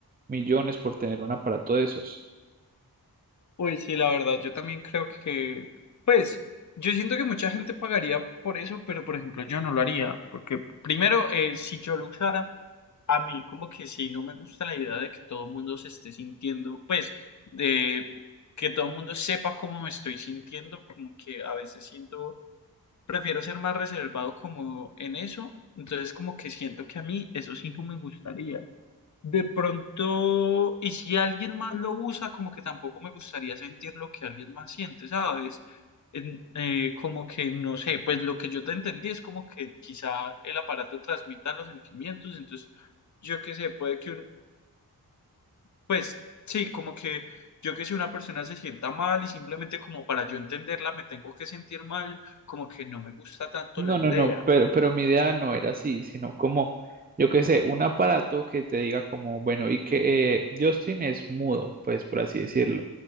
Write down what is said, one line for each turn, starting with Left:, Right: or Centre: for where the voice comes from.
Right: millones por tener un aparato de esos.
Left: Pues sí, la verdad, yo también creo que, pues, yo siento que mucha gente pagaría por eso, pero por ejemplo yo no lo haría, porque primero, eh, si yo lo usara, a mí como que sí, no me gusta la idea de que todo el mundo se esté sintiendo, pues, de que todo el mundo sepa cómo me estoy sintiendo, como que a veces siento, prefiero ser más reservado como en eso, entonces como que siento que a mí eso sí no me gustaría. De pronto, y si alguien más lo usa, como que tampoco me gustaría sentir lo que alguien más siente, ¿sabes? En- eh, como que, no sé, pues lo que yo te entendí es como que quizá el aparato transmita los sentimientos, entonces, yo qué sé, puede que un, pues sí, como que yo que sé, una persona se sienta mal y simplemente como para yo entenderla me tengo que sentir mal, como que no me gusta tanto
Right: No,
Left: la
Right: no,
Left: idea.
Right: no, pero, pero mi idea no era así, sino como, yo qué sé, un aparato que te diga como, bueno, y que eh, Justin es mudo, pues por así decirlo.